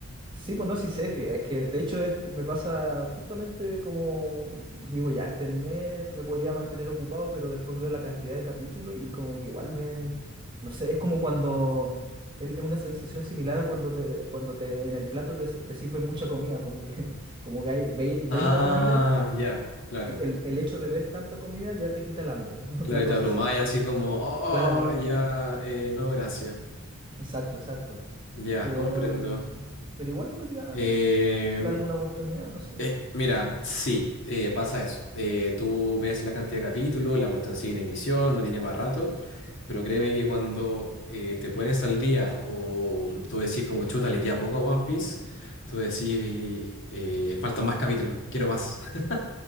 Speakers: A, on the right (about 20°); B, on the left (about 55°).
A: Sí, pues no, sí sé, eh, es que de hecho es, me pasa justamente como digo, ya este anime me podría mantener ocupado, pero después veo la cantidad de capítulos y como que igual me, no sé, es como cuando, mm, el- es una sensación similar a cuando te, cuando te, en el plato te, te sirve mucha comida, como que, <laughs> como que hay- ve- veis
B: Ah,
A: la comida
B: ya, claro.
A: y el, el hecho de ver tanta comida ya te quita el hambre, <laughs>
B: Claro,
A: una
B: y
A: cosa
B: te abrumáis
A: así.
B: así como, oh,
A: Claro,
B: ya, eh, no, gracias.
A: exacto, exacto,
B: Ya,
A: pero,
B: comprendo.
A: pero igual podría
B: Em,
A: darle una oportunidad, no sé.
B: eh, mira, sí, eh, pasa eso. Eh, tú ves la cantidad de capítulos, la cuestión sigue en emisión, no tiene para rato, pero créeme que cuando eh, te pones al día o tú decís como chuta, le queda poco a One Piece, tú decís eh, faltan más capítulos, quiero más. <laughs>